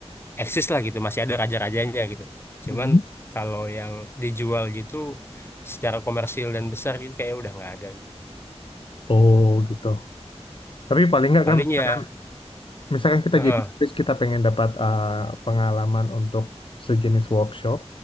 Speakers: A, on the left; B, on the left.
A: eksis lah gitu, masih ada raja-rajanya gitu. Cuman
B: Mhm.
A: kalau yang dijual gitu secara komersil dan besar itu kayak udah nggak ada.
B: Oh gitu. Tapi paling nggak
A: Paling
B: kan misalkan
A: ya,
B: Misalkan kita
A: heeh,
B: jadi terus kita pengen dapat uh, pengalaman untuk sejenis workshop,